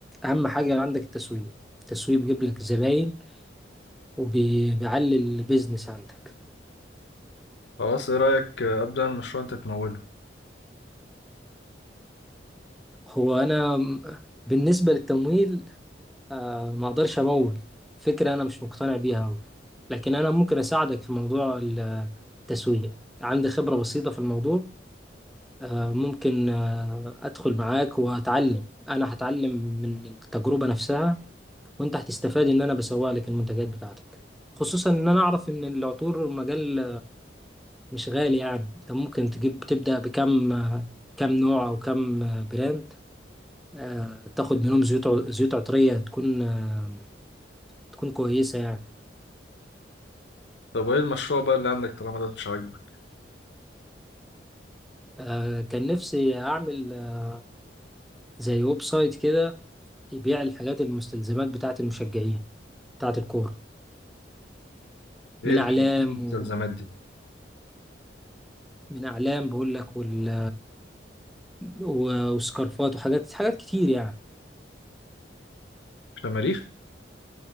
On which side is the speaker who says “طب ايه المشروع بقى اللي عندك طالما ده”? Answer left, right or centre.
Left